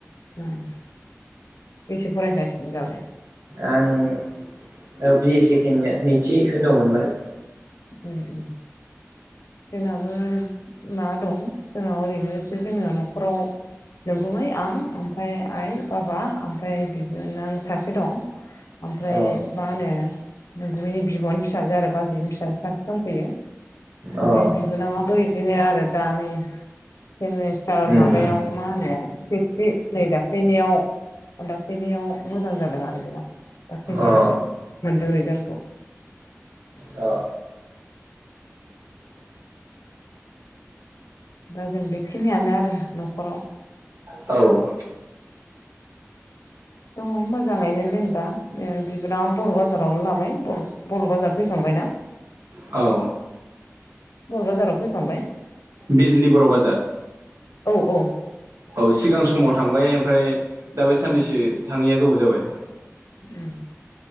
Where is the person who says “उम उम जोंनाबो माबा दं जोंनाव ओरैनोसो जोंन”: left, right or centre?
Left